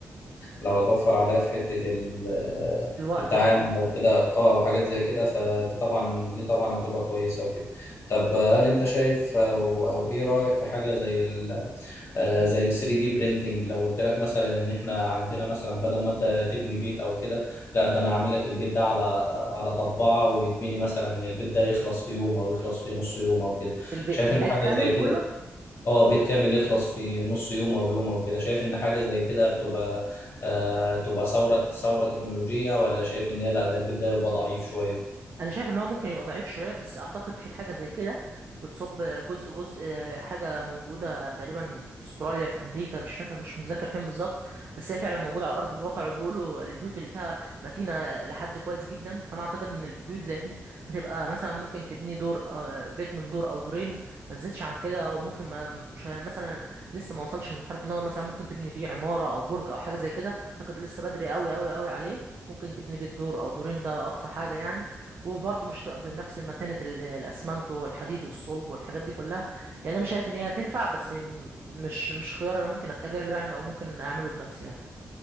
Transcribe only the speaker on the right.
الوقت
والمجهود
الب...
البيت
كامل
كله
انا شايف ان هو ممكن يبقى ضعيف شويه بس اعتقد في حاجه زي كده بتصب جزء جزء حاجه موجوده تقريبا في استراليا في امريكا مش فاكر مش متذكر فين بالظبط بس هي فعلا موجوده على ارض الواقع وبيقولوا البيوت اللي فيها متينه لحد كويس جدا فانا اعتقد ان البيوت زي دي هتبقى مثلا ممكن تبني دور آه، بيت من دور او دورين ما تزيدش عن كده او ممكن ما مش مثلا لسه ما وصلش لمرحله ان هو مثلا ممكن تبني بيه عماره او برج او حاجه زي كده اعتقد لسه بدري قوي قوي قوي عليه ممكن تبني بيت دور او دورين ده اقصى حاجه يعني وبرضه مش تبقى بنفس المتانة ال- الأسمنت والحديد والصلب والحاجات دي كلها يعني أنا شايف إن هي تنفع بس م- مش مش خيار أنا ممكن أتجه له يعني أو ممكن أعمله بنفسي يعني